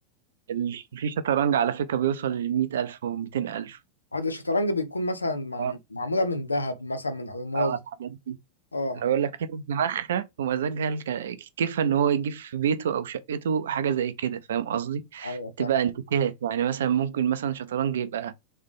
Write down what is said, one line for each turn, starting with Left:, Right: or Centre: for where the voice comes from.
Right: ال- في شطرنج على فكره بيوصل ل 100000 و200000
Left: عقد الشطرنج بيكون مثلا مع-
Right: اه
Left: معموله من ذهب مثلا من الماظ
Right: آه، الحاجات دي
Left: اه
Right: انا بقول لك كده دماغها ومزاجها الك- كيفها ان هو يجيب في بيته او شقته حاجه زي كده فاهم قصدي
Left: ايوه
Right: تبقى
Left: فاهم
Right: انتيكات يعني مثلا ممكن مثلا شطرنج يبقى